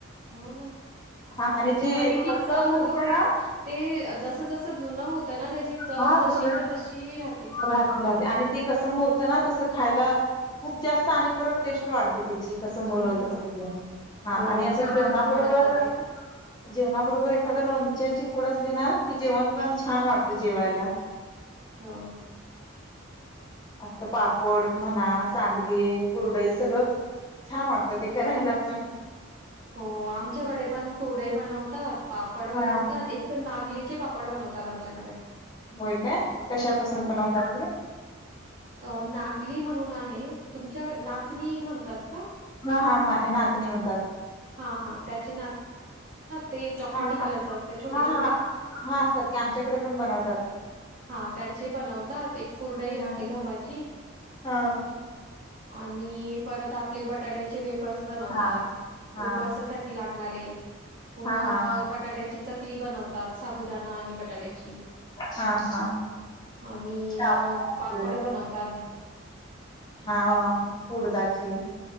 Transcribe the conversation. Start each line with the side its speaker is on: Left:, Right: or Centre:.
Right: हो ना
Left: हा
Right: म्हणजे आणि ती
Left: तसं
Right: चव
Left: मूर्त्या
Right: बघा
Left: ना
Right: ते जस जसं जुनं होतं ना त्याची चव
Left: हा
Right: जशीच्या
Left: तसं
Right: तशी राहते
Left: राहते राहते आणि ती कसं मूर्त ना तसं खायला खूप जास्त आणि परत टेस्ट वाढते त्याची कस मरल
Right: छान लागतं. हो,
Left: आणि अस
Right: चव
Left: जेवणाबरोबर
Right: अजून वाढत जाते ना.
Left: जेवणाबरोबर एखाद लोणच्याची फोड असली ना की जेवण पण छान वाटतं जेवायला.
Right: होय.
Left: असत पापड म्हणा सांडगे कुरडई सगळं छान वाटत. तर ते करायला पण
Right: हो आमच्याकडे पण कुरडई बनवतात. पापड बनवतात,
Left: हा
Right: एक नागलीचे पापड बनवतात. ात आमच्याकडे
Left: होय काय कशापासून
Right: हो
Left: बनवतात ते
Right: अ नागली म्हणून आहे. तुमच्याकडे नाचणी म्हणतात का
Left: हा हा मा नाचणी म्हणतात
Right: हा हा त्याच ते चॉकलेटी
Left: हां,
Right: कलरच
Left: आम
Right: असत छोटे
Left: हां,
Right: छोटे
Left: हां. हां, असतात की आमच्याकडे पण बनवतात.
Right: हा त्याचे बनवतात एक कुरडईअसते
Left: हां,
Right: गव्हाची
Left: हां.
Right: आणि परत आपले बटाट्याचे वेप पर्स बनवतात
Left: हां, हां,
Right: उपवासासाठी लाग लागणारे पुन्हा
Left: हां, हां.
Right: बटाट्याची चकली बनवतात साबुदाणा आणि बटाट्याची
Left: हां, हां.
Right: आणि
Left: साबुदाण्याचे
Right: अ पापड बनवत
Left: हां, उडदाचे